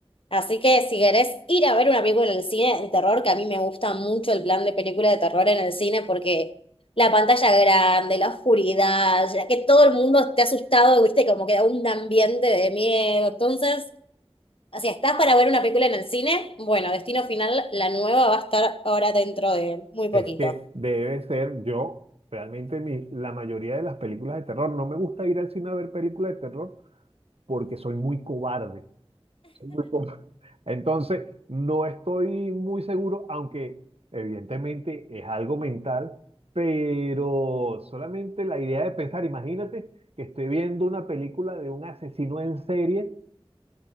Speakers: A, on the left (about 60°); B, on the right (about 75°).
A: Así que si querés ir a ver una película en el cine de terror, que a mí me gusta mucho el plan de película de terror en el cine porque la pantalla grande, la oscuridad, ya que todo el mundo esté asustado, viste, como queda un ambiente de miedo. Entonces, si estás para ver una película en el cine, bueno, Destino Final, la nueva va a estar ahora dentro de muy poquito.
B: Es que debe ser yo, realmente mi, la mayoría de las películas de terror, no me gusta ir al cine a ver películas de terror porque soy muy cobarde. Soy muy com- Entonces, no estoy muy seguro, aunque evidentemente es algo mental, pero solamente la idea de pensar, imagínate que estoy viendo una película de un asesino en serie